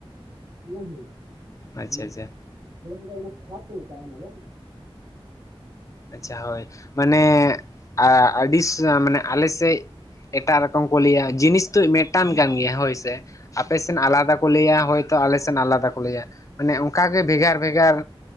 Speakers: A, on the right; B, on the left.
A: <unintelligible>
B: ᱟᱪᱪᱷᱟ ᱟᱪᱪᱷᱟ
A: ᱟᱞᱮ ᱥᱮᱫ ᱫᱚ ᱚᱱᱟ ᱠᱷᱚᱛ ᱠᱚ ᱢᱮᱛᱟᱜᱼᱟ᱾ ᱚᱱᱟ ᱫᱚ
B: ᱟᱪᱪᱷᱟ ᱦᱳᱭ ᱢᱟᱱᱮ ᱟᱹᱰᱤ ᱢᱟᱱᱮ ᱟᱞᱮ ᱥᱮᱫ ᱮᱴᱟᱜ ᱨᱚᱠᱚᱢ ᱠᱚ ᱞᱟᱹᱭᱟ, ᱡᱤᱱᱤᱥ ᱛᱚ ᱢᱮᱫᱴᱟᱱ ᱠᱟᱱ ᱜᱮᱭᱟ ᱦᱳᱭ ᱥᱮ᱾ ᱟᱯᱮ ᱥᱮᱱ ᱟᱞᱟᱫᱟ ᱠᱚ ᱞᱟᱹᱭᱼᱟ, ᱦᱳᱭᱛᱚ ᱟᱞᱮᱥᱮᱫ ᱟᱞᱟᱫᱟ ᱠᱚ ᱞᱟᱹᱭᱼᱟ᱾ ᱢᱟᱱᱮ ᱚᱱᱠᱟ ᱜᱮ ᱵᱷᱮᱜᱟᱨ ᱵᱷᱮᱜᱟᱨ